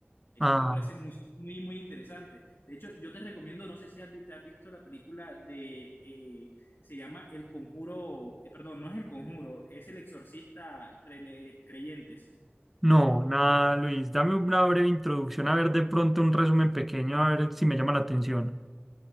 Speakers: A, on the left (about 60°); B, in the centre.
A: Eso
B: Ah.
A: me parece muy, muy, muy interesante. De hecho, yo te recomiendo, no sé si has, vi- has visto la película de, eh, se llama El Conjuro, eh, perdón, no es El Conjuro, es El Exorcista Rele- Creyentes.
B: No, nada, Luis. Dame una breve introducción, a ver de pronto un resumen pequeño, a ver si me llama la atención.